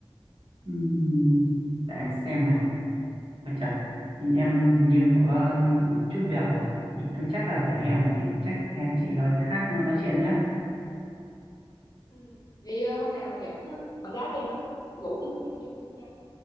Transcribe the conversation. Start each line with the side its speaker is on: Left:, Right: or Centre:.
Right: Ừm, Để em xem nào. Ôi trời, em
Left: ừ.
Right: hình như cũng có chút việc rồi. Thì cứ chắc là phải hẹn chị chắc hẹn chị rồi khác nói chuyện nhé.
Left: ừ. vậy ờ, hôm nào dẫn ờ, bạn gái của em á rủ đi coi phim chung luôn nha